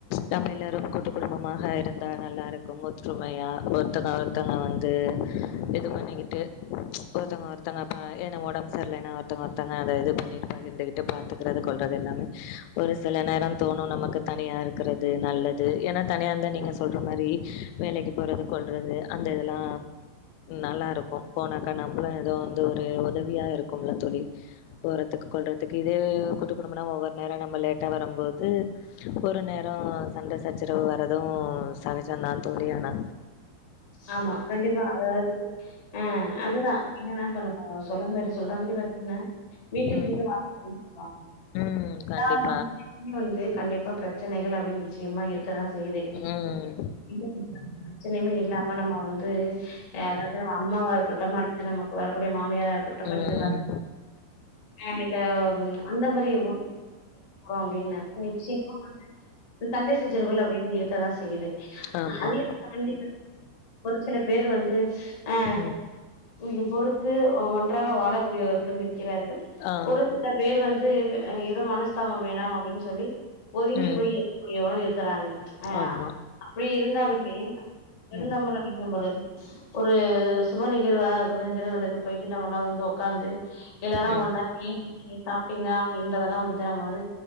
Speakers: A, on the left; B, on the left.
A: நம்ம எல்லோரும் கூட்டு குடும்பமாக இருந்தா நல்லா இருக்கும் ஒற்றுமையா ஒருத்தங்க ஒருத்தங்க வந்து இது பண்ணிகிட்டு ஒருத்தங்க ஒருத்தங்கப்ப ஏனா ஒடம்பு சர்லினா ஒருத்தங்க ஒருத்தங்க அது இது பண்ணிட்டு இருந்துகிட் டு பாத்துக்கறது கொள்றது எல்லாமே ஒரு சில நேரம் தோணு நமக்கு தனியா இருக்கிறது நல்லது ஏனா தனியா இருந்தா நீங்க சொல்ற மாரி வேலைக்கு போறது கொள்றது அந்த இதெல்லா நல்லா இருக்கு போனாக்கா நம்புளு ஏதோ வந்து ஒரு உதவியா இருக்கும்ல தோழி போறத்துக்கு கொள்ற த்துக்கு இதே கூட்டு குடும்பனா ஒவ்வொரு நேர நம்ம லேட்டா வரும்போது ஒரு நேர சண்ட சச்சரவு வரது சகஜந்தா தோழி ஆனா
B: ஆமா கண்டிப்பா அதாவது ஆ அதுதா அப்டினா என்ன பண்ணுவ சொல்ல மாரி சொல்ற மாரி பாத்திங்னா வீட்டுக்கு
A: ம்.
B: வீடு வாசப்படி தா
A: ம். கண்டிப்பா.
B: எல்லாத்து வீட்லயு வந்து கண்டிப்பா பிர ச்சனைகள் அப்டின் நிச்சயமா இருக் கதா செய்து
A: ம்.
B: <inaudible> பிரச்சனைமே இருக் நம்ம வந்து அதாவது நம்ம அம்மாவா இருக்கட்டும் அல்லது நமக்கு வர கூடிய மாமியாரா இருக்கட்டுமா
A: ம்.
B: அல்லது ஏ இல்ல அந்த மாரி <inaudible> அப்டின்னு உங்ளுக்கு சிக்கும்போது சண்டை சச்சுரவுகள் அப்படினு இருக்கதா செய்யுது
A: ஆமா.
B: அதையு தாண்டி வந் ஒரு சில பேர் வந்து அ
A: ம்.
B: ய பொறுத்து ஒன்றாக வாழக்கூடியவர்களும் இருக்கிறார்கள்
A: ஆ.
B: ஒரு சில பேர் வந்து ஏதோ மனசு தாபம் வேணாம் அப்டின் சொல்லி ஒதுங்கி
A: ம்.
B: போய் இருக்கக்கூடியவனு இருக்கறாங்க ஆ
A: ஆமா.
B: அப்படி இருந்தாலுமே விருந்தோம்பல்
A: ம்.
B: அதிகம் உள்ளது ஒரு சுப நிகழ்வுக நிகழ்வுகளுக்கு போயிட்டு நம்மல்லா வந்து ஒக்காந்து எல்லாரு
A: ம்.
B: ஒன்னா பேசி நீங்க சாப்ட்டிங்ளா அப்டின்றதெல்லா வந் து நம்ம வந்து